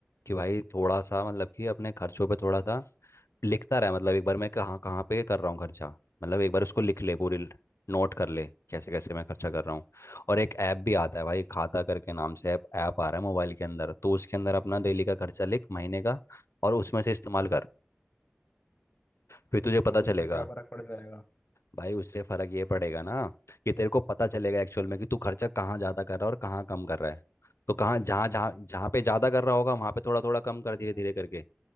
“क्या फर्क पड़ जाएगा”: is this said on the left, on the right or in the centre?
Left